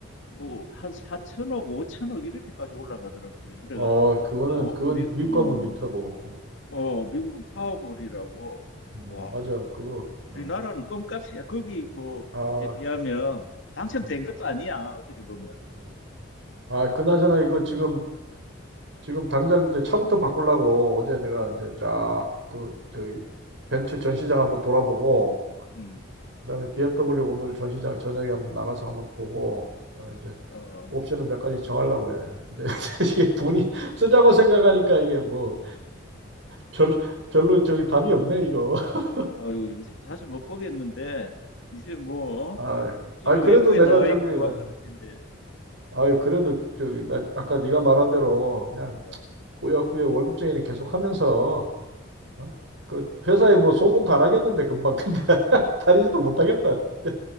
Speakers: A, on the left; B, on the right.
A: 뭐 한 4천억 5천억 이렇게까지 올라가더라고요 그래가
B: 어, 그거는
A: 아, 우-
B: 그건
A: 우리
B: 미국
A: 어,
B: 가면 있더라고 어.
A: 어 미국은 파워볼이라고
B: 음,
A: 와
B: 맞아, 그거.
A: 우리나라는
B: 어.
A: 껌값이야 거기 뭐에
B: 아,
A: 비하면 당첨된
B: 음,
A: 것도 아니야 어떻게 보면
B: 어. 아, 그나저나 이거 지금 지금 당장 이제 차부터 바꾸려고 어제 내가 이제 쫙 그 저기 벤츠 전시장 한번 돌아보고
A: 음
B: 그다음에 BMW 오늘 전시장 저녁에 한번 나가서 한번 보고 그다음에 이제
A: 어.
B: 옵션을 몇 가지 정하려고 그래. 근데 <laughs> 이게 돈이 쓰자고 생각하니까 이게 뭐
A: 어,
B: 별, 별로 저기 답이 없네 이거. <laughs>
A: 아유, 이제 자주 못 보겠는데, 이제 뭐, 어?
B: 아, 아이
A: 주로
B: 아이, 그래도
A: 외국에
B: 내가
A: 나가
B: 저기
A: 있고
B: 어,
A: 막 그럴 텐데,
B: 아이 그래도 저기 나 아까 네가 말한 대로 그냥
A: 어,
B: 꾸역꾸역 월급쟁이는 계속 하면서 어? 그 회사에 뭐 소문도 안 하겠는데 금방 근데 <laughs> 다니지도 못하겠다.
A: 아니,
B: 근데,